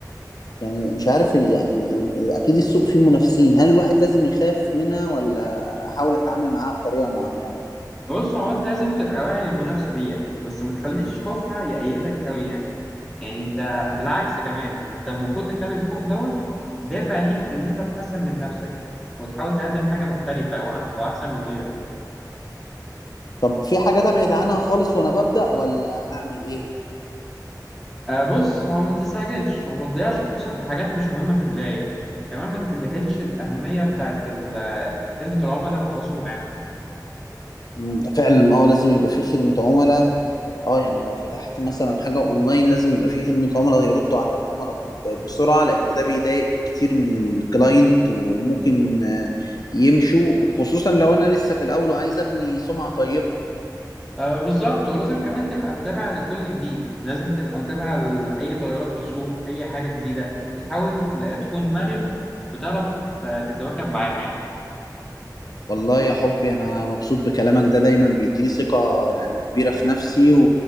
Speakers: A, on the left; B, in the centre.
A: يعني مش عارف ال- يعني اكيد السوق فيه منافسين هل الواحد لازم يخاف منها ولا احاول اتعامل معاها بطريقة معينة
B: بص هو أنت لازم تبقى واعي للمنافسة ديت بس ما تخليش خوفها يأيدك أوي يعني يعني أنت بالعكس كمان أنت المفروض تخلي الخوف دوت دافع ليك إن أنت تحسن من نفسك وتحاول تقدم حاجة مختلفة وأح- وأحسن من غيرك
A: طب في حاجات ابعد عنها خالص وانا ببدأ ولا اعمل ايه
B: آه بص هو ما تستعجلش وما تضيعش فلوسك في حاجات مش مهمة في البداية كمان ما تتجاهلش الأهمية بتاعت ال- خدمة العملاء والتواصل معاهم
A: مم، فعلا اه لازم يبقى في خدمة عملاء اه يعني لو فتحت مثلا حاجة اونلاين لازم يبقى في خدمة عملاء يردوا على العملاء ب- بسرعة لان ده بيضايق كتير من الكلاينت وممكن آه، يمشوا خصوصا لو انا لسه في الاول وعايز ابني سمعة طيبة
B: آه بالظبط ولازم كمان تبقى متابع لكل جديد لازم تبقى متابع لأي تغيرات في السوق أي حاجة جديدة وتحاول ل- تكون مرن وتعرف آه، تتواكب معاها يعني
A: والله يا حبي انا مبسوط بكلامك ده دايما بيديني ثقة يعني كبيرة في نفسي و...